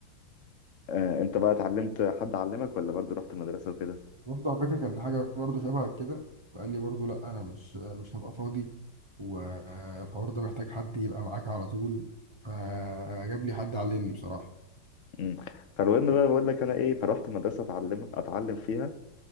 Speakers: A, on the left (about 50°); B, on the right (about 20°).
A: آه، انت بقى اتعلمت حد علمك ولا برضه رحت مدرسه وكده
B: برضه على فكره كان حاجه برضه شبه كده فقال لي برضه لا انا مش مش هبقى فاضي والحوار ده محتاج حد يبقى معاك على طول فجاب لي حد علمني بصراحه
A: امم فالمهم بقى بقول لك انا ايه فروحت مدرسه اتعلم اتعلم فيها